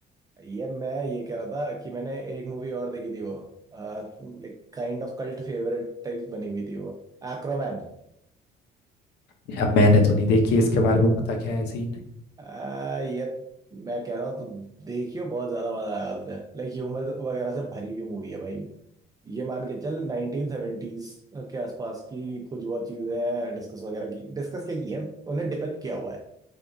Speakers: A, on the right; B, on the left.
A: ये मैं ये कह रहा था कि मैंने एक मूवी और देखी थी वो like kind of cult favourite type बनी हुई थी वो एक्रोमैन
B: या मैंने तो नहीं देखी है, इसके बारे में बता क्या है सीन
A: आ, यार मैं कह रहा हूँ तो देखियो बहुत ज्यादा मजा आएगा तुझे लाइक ह्यूमर वगैरह से भरी हुई मूवी है भाई ये मान के चल 1970s के आसपास की कुछ बहुत चीजें हैं डिस्कस वगैरह की डिस्कस क्या की है उन्हें डिपेक्ट किया हुआ है